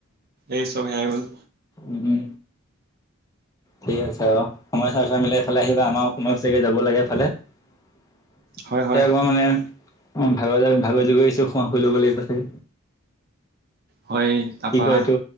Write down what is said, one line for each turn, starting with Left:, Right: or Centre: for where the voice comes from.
Right: এই চ'ব হেৰাই গ'ল।
Left: হ'ম এছিয়াৰ চা সময় চাই চাই মিলাই এই ফালে আহিবা আমাৰো সময় হৈছে গৈ যাব লাগে এফালে। <unintelligible>
Right: হয় হয়
Left: মানে অ', ভাগৰ, ভাগৰ যোগৰে আহিছোঁ, শু-শুই ল'ব লাগিব চাগে।
Right: হয়, তাপা
Left: কি কয় এইটো